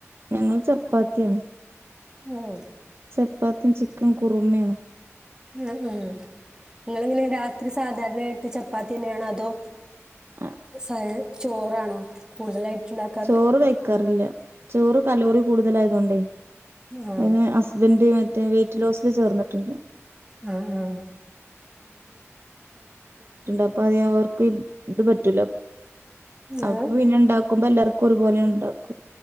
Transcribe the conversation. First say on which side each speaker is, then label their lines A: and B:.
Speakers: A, on the right; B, on the right.
A: ഞങ്ങള് ചപ്പാത്തിയാണ്
B: ഓഹ്
A: ചപ്പാത്തിയും ചിക്കൻ കുറുമ്മണ്
B: ആഹ് ആഹ് ആഹ് നിങ്ങള് എങ്ങനെ രാത്രി സാധാരണയായിട്ട് ചപ്പാത്തി തന്നെയാണോ അതോ
A: ആ,
B: സ ചോറാണോ കൂടുതലായിട്ട് ഉണ്ടാക്കാറ്
A: ചോറ് കഴിക്കാറില്ല ചോറ് കലൂറി കൂടുതലായതുകൊണ്ടേ
B: ആ
A: പിന്നെ ഹസ്ബന്ഡ മറ്റ മ വെയിറ്റ് ലോസില് ചേർന്നിട്ടുണ്ട്
B: ആ ആ
A: അപ്പ അത് അവർക്ക് ഇത് പറ്റൂല അപ്പൊ
B: ആ
A: പിന്നെണ്ടാക്കും ആക്കുമ്പോ എല്ലാവർക്കും ഒരുപോലെ ഉണ്ടാക്കും